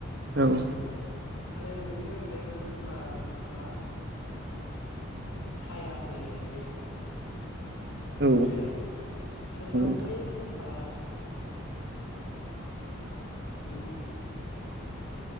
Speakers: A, on the right (about 50°); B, on the left (about 80°).
A: औ
B: आरो बेफोरनि अनगायैबो जोंहा बिफाङा साया होयो बे
A: नंगौ
B: बाथ्राया आरो बांद्राय
A: नोंथां
B: जोंहा बिफां